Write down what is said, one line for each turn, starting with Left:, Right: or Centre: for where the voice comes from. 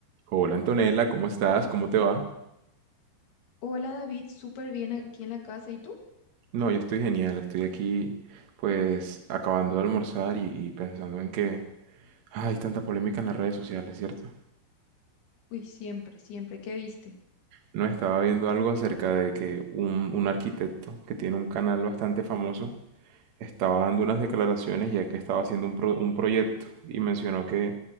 Right: Hola Antonella, ¿cómo estás? ¿Cómo te va?
Left: Hola David, súper bien aquí en la casa. ¿Y tú?
Right: No, yo estoy genial, estoy aquí pues acabando de almorzar y, y pensando en que hay tanta polémica en las redes sociales, ¿cierto?
Left: Uy, siempre, siempre. ¿Qué viste?
Right: No, estaba viendo algo acerca de que un, un arquitecto que tiene un canal bastante famoso estaba dando unas declaraciones ya que estaba haciendo un, pro- un proyecto y mencionó que